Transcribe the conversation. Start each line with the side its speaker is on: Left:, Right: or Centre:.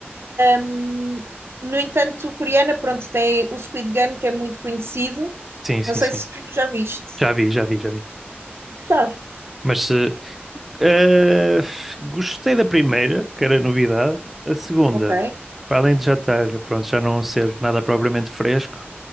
Right: Um, no entanto, coreana, pronto, tem o Squid Game, que é muito conhecido.
Centre: Sim, sim,
Right: Não sei
Centre: sim.
Right: se tu já viste.
Centre: Já vi, já vi, já vi.
Right: Gostaste?
Centre: Mas se. eh, gostei da primeira, que era novidade. A segunda,
Right: Ok.
Centre: para além de já estar, pronto, já não ser nada propriamente fresco,